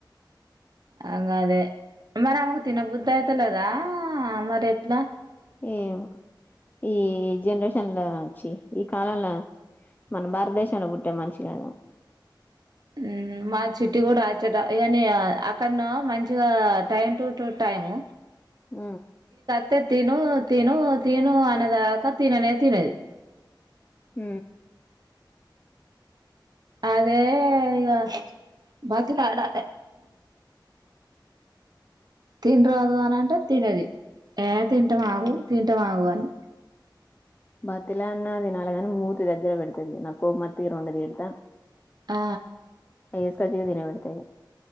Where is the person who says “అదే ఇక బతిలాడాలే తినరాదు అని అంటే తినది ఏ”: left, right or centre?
Right